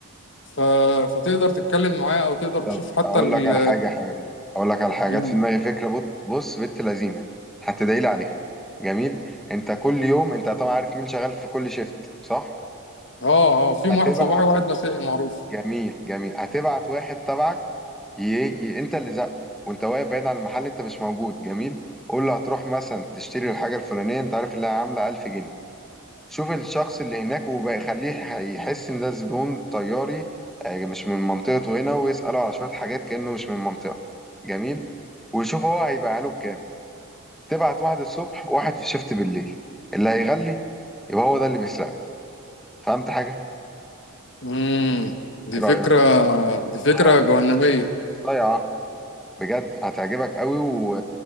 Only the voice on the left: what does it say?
ف... فتقدر تتكلم معاه او تقدر
تشوف حتى
ال
ال-
اه اه فيهم
واحد صباحي وواحد مسائي معروف
امم دي
فكره دي
فكره جهنميه